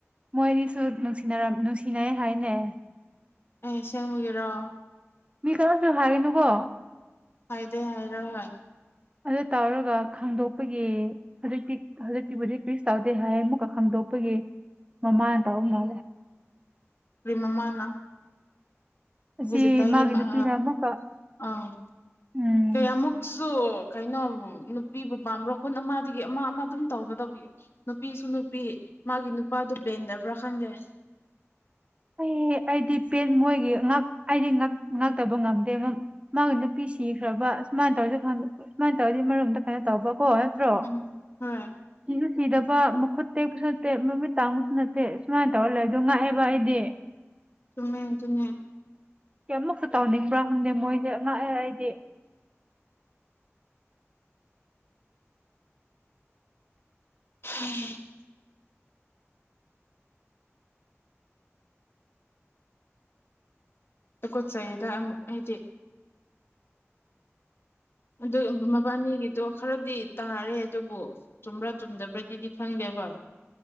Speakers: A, on the right; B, on the left.
A: ꯃꯣꯏꯅꯤꯁꯨ ꯅꯨꯡꯁꯤꯅꯔ ꯅꯨꯡꯁꯤꯅꯩ ꯍꯥꯏꯅꯦ
B: ꯑꯩ ꯁꯦꯡꯕꯒꯤꯔꯣ
A: ꯃꯤ ꯀꯔꯁꯨ ꯍꯥꯏꯔꯤꯅꯨꯀꯣ
B: ꯍꯥꯏꯗꯦ ꯍꯥꯏꯔ ꯍꯣꯏ
A: ꯑꯗꯨꯗ ꯇꯧꯔꯒ ꯈꯪꯗꯣꯛꯄꯒꯤ ꯍꯧꯖꯤꯛꯇꯤ ꯍꯧꯖꯤꯛꯇꯤꯕꯨꯗꯤ ꯄꯤꯁ ꯇꯧꯗꯦ ꯍꯥꯏ ꯑꯃꯨꯛꯀ ꯈꯪꯗꯣꯛꯄꯒꯤ ꯃꯃ ꯅ ꯇꯥꯎ ꯃꯥꯂꯦ
B: ꯔꯤ ꯃꯃꯥꯅ
A: ꯑꯁꯤ
B: ꯍꯧꯖꯤꯛꯗꯥꯏꯒꯤ
A: ꯃꯥꯒꯤ ꯅꯨꯄꯤꯅ
B: ꯑ
A: ꯑꯃꯨꯛꯀ
B: ꯑꯥ
A: ꯎꯝ
B: ꯀꯌꯥꯃꯨꯛꯁꯨ ꯀꯩꯅꯣ ꯅꯨꯄꯤꯕꯨ ꯄꯥꯝꯕ꯭ꯔꯥ ꯈꯠ ꯑꯃꯗꯒꯤ ꯑꯃ ꯑꯃ ꯑꯗꯨꯝ ꯇꯧꯒꯗꯕ ꯅꯨꯄꯤꯁꯨ ꯅꯨꯄꯤ ꯃꯥꯒꯤ ꯅꯨꯄꯥꯗꯨ ꯄꯦꯟꯗꯕ꯭ꯔꯥ ꯈꯪꯗꯦ
A: ꯑꯩ ꯑꯩꯗꯤ ꯄꯦꯟ ꯃꯣꯏꯒꯤ ꯑꯩꯗꯤ ꯉꯇꯕ ꯉꯝꯗꯦ ꯃꯥꯒꯤ ꯅꯨꯄꯤ ꯁꯤꯈ꯭ꯔꯕ ꯑꯨꯃꯥꯏꯅ ꯇꯧꯔꯁꯨ ꯁꯨꯃꯥꯏꯅ ꯇꯧꯔꯗꯤ ꯃꯔꯣꯝꯗ ꯀꯩꯅꯣ ꯇꯧꯕ ꯀꯣ ꯅꯠꯇ꯭ꯔꯣ
B: ꯎꯝ ꯍꯣꯏ
A: ꯎꯝ ꯊꯤꯗꯕ ꯃꯈꯨꯠ ꯇꯦꯛꯄꯁꯨ ꯅꯠꯇꯦ ꯃꯃꯤꯠ ꯇꯥꯡꯕꯁꯨ ꯅꯠꯇꯦ ꯁꯨꯃꯥꯏꯅ ꯇꯧꯔ ꯂꯩ ꯑꯣ ꯉꯥꯛꯑꯦꯕ ꯑꯩꯗꯤ
B: ꯆꯨꯃꯦ ꯆꯨꯃꯦ
A: ꯀꯌꯥꯃꯨꯛꯁꯨ ꯇꯥꯎꯅꯤꯡꯕ꯭ꯔꯥ ꯈꯪꯗꯦ ꯃꯣꯏꯗꯤꯦ ꯑꯉꯛꯑꯦ ꯑꯩꯗꯤ
B: <unintelligible> ꯇꯨꯀꯠꯆꯩꯗ ꯑꯩꯗꯤ ꯑꯗꯨ ꯃꯕꯥꯅꯤꯒꯤꯗꯣ ꯈꯔꯗꯤ ꯇꯥꯔꯦ ꯑꯗꯨꯕꯨ ꯆꯨꯝꯕ꯭ꯔꯥ ꯆꯨꯝꯗꯕ꯭ꯔꯗꯤꯗꯤ ꯈꯪꯗꯦꯕ